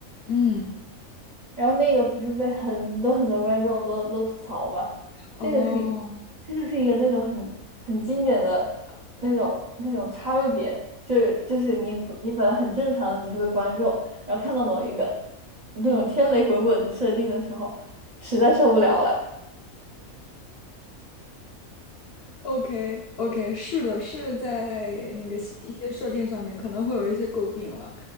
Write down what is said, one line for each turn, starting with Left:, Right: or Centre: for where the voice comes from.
Left: 嗯，
Right: 然后那个不是被很多很多观众都都吐槽嘛，
Left: 哦
Right: 这就是这就是一个那种很很经典的那种那种插入点，就是就是你你本来很正常的只是个观众，然后看到某一个那种天雷滚滚的设定的时候，实在受不了了。
Left: ，OK OK，是的，是在那个一些设定上面可能会有一些诟病了。